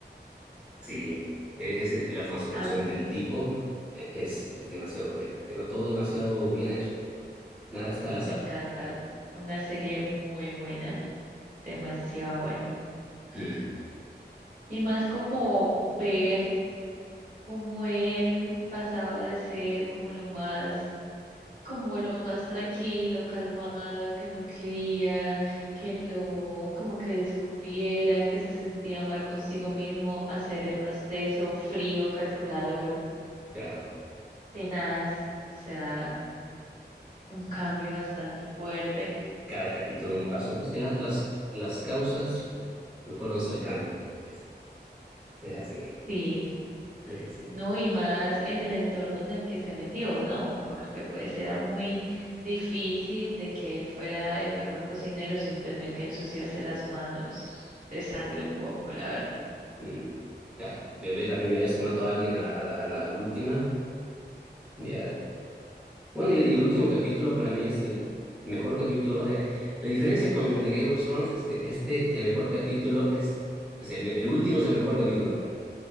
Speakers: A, in the centre; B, on the right.
A: Sí, es, es eh, la transformación
B: Ah,
A: del tipo, eh, es, es demasiado buena. Tema- Todo demasiado bien hecho. Nada está al
B: me
A: azar.
B: encanta. Una serie muy buena, demasiado buena.
A: Mm,
B: Y más como ver como él pasaba de ser como lo más, como lo más tranquilo, calmado, que no quería que lo, como que descubrieran que se sentía mal consigo mismo, a ser el más teso, frío, calculador,
A: claro.
B: tenaz, o sea, un cambio bastante fuerte.
A: cada capítulo un paso. Es que la- las, las causas lo fueron cercando. Es, es así,
B: Sí.
A: es así.
B: No, y más en el entorno en el que se metió, ¿no? Porque pues era muy difícil de que él fuera el mejor cocinero sin tener que ensuciarse las manos de sangre un poco, la verdad.
A: Mm, Claro, de ver la primera vez que mató a alguien a, a la a la última, ya. Bueno, y, y el último capítulo para mí es el mejor capítulo. O sea, la diferencia con The Game of Thrones es que este, el mejor capítulo es, es el, el último es el mejor capítulo para mí.